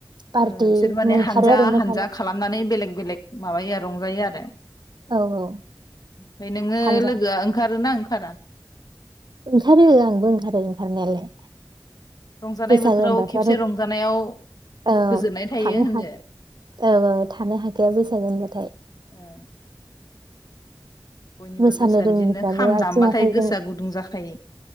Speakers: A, on the right; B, on the left.
A: पार्टि
B: ओ बिसोर माने
A: ओंखारो
B: हानजा
A: आरो मोसानो
B: हानजा खालामनानै बेलेग बेलेग माबायो रंजायो आरो
A: औ औ
B: ओमफाय नोङो
A: हानजा
B: लोगोआ ओंखारोना ओंख खारा
A: ओंखारो आंबो ओंखारो ओंखारनायालाय
B: रंजानाय
A: बैसागो
B: बोथोराव
A: होनबाथ'
B: खेबसे
A: आरो
B: रंजानायाव
A: औ
B: गोजोननाय थायो
A: थानो
B: होनदो
A: हाख औ औ थानो हाखाया बैसागो होनबाथाय
B: ओ बयनिबो
A: मोसानो
B: गोसोआ
A: रोङिफ्राबो
B: बिदिनो खाम
A: आथिं
B: दामबाथाय
A: आखाइजों
B: गोसोआ गुदुं जाखायो। <inaudible>